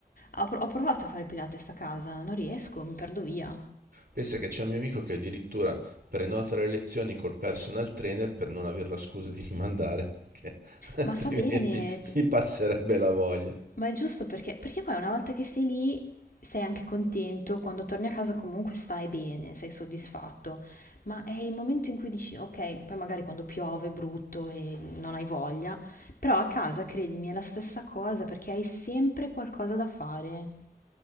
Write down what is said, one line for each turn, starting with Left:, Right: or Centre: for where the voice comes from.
Left: Ho pro ho provato a fare Pilates a casa, non riesco, mi perdo via.
Right: Pensa che c'è un mio amico che addirittura prenota le lezioni col personal trainer per non avere la scusa di rimandare, <laughs> perché altrimenti
Left: Ma fa bene p
Right: gli passerebbe la voglia.
Left: Ma è giusto perché, perché poi una volta che sei lì sei anche contento, quando torni a casa comunque stai bene, sei soddisfatto, ma è il momento in cui dici ok, poi magari quando piove è brutto e non hai voglia, però a casa credimi è la stessa cosa perché hai sempre qualcosa da fare.